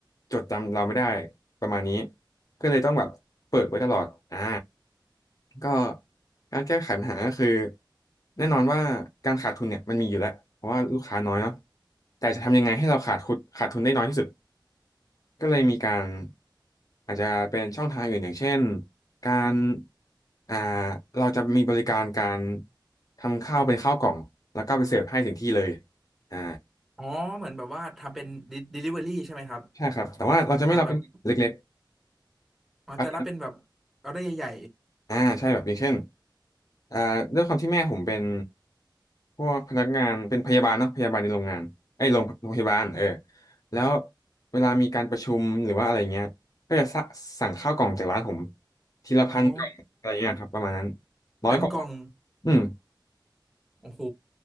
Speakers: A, on the left (about 45°); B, in the centre.
A: จดจำเราไม่ได้ประมาณนี้ก็เลยต้องแบบเปิดไว้ตลอดอ่า ก็การแก้ไขปัญหาก็คือแน่นอนว่าการขาดทุนเนี่ยมันมีอยู่แล้วเพราะว่าลูกค้าน้อยเนาะแต่จะทำยังไงให้เราขาดทุนขาดทุนได้น้อยที่สุดก็เลยมีการอาจจะเป็นช่องทางอื่นอย่างเช่นการอ่าเราจะมีบริการการทำข้าวเป็นข้าวกล่องแล้วก็ไปเสิร์ฟให้ถึงที่เลยอ่า
B: อ๋อเหมือนแบบว่าทำเป็น delivery ใช่ไหมครับ
A: ใช่ครับแต่ว่าเราจะไม่รับเป็นเล็ก
B: อ่าแบบ อ๋อแต่ละเป็นแบบ
A: ๆ
B: ออเดอร์ใหญ่
A: อ่าใช่แบบอย่างเช่นอ่าด้วยความที่แม่ผมเป็นพวกพนักงานเป็นพยาบาลเนาะพยาบาลในโรงงานไอ้ยโรงโรงพยาบาลเออแล้วเวลามีการประชุมหรือว่าอะไรเงี้ยก็จะสะสั่งข้าวกล่องจากร้านผมทีละพันกล่องอะไรเงี้ยครับประมาณนั้น
B: ๆอ๋อ
A: ร้อยกล่อง
B: พันกล่อง
A: อืม
B: โอ้โห